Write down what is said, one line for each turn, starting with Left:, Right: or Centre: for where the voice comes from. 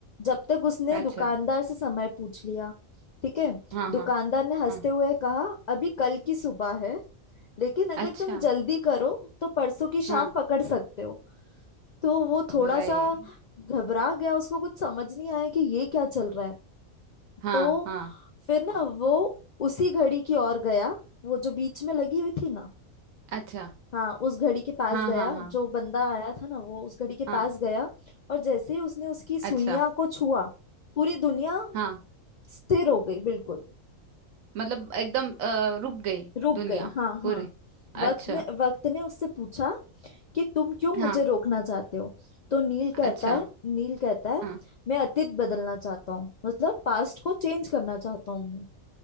Left: जब तक उसने
Right: अच्छा
Left: दुकानदार से समय पूछ लिया ठीक है
Right: हाँ हाँ
Left: दुकानदार ने हंसते
Right: हाँ
Left: हुए कहा अभी कल की सुबह है लेकिन अगर
Right: अच्छा
Left: तुम जल्दी करो तो परसों की शाम
Right: हाँ
Left: पकड़ सकते हो तो वो थोड़ा
Right: भाई
Left: सा घबरा गया उसको कुछ समझ नहीं आया कि ये क्या चल रहा है
Right: हाँ
Left: तो
Right: हाँ
Left: फिर ना वो उसी घड़ी की ओर गया वो जो बीच में लगी हुई थी ना
Right: अच्छा
Left: हाँ उस घड़ी के पास
Right: हाँ
Left: गया
Right: हाँ हाँ
Left: जो बंदा आया था ना वो उस घड़ी के पास
Right: हाँ
Left: गया और जैसे ही उसने उसकी सुइयां
Right: अच्छा
Left: को छुआ पूरी दुनिया
Right: हाँ
Left: स्थिर हो गई बिल्कुल
Right: मतलब एकदम अ, रुक गई
Left: रुक
Right: दुनिया
Left: गई हाँ हाँ
Right: पूरी अच्छा
Left: वक्त ने वक्त ने उससे पूछा कि तुम क्यों
Right: हाँ
Left: मुझे रोकना चाहते हो तो नील कहता
Right: अच्छा
Left: है नील कहता है
Right: हाँ
Left: मैं अतीत बदलना चाहता हूँ मतलब पास्ट को चेंज करना चाहता हूँ मैं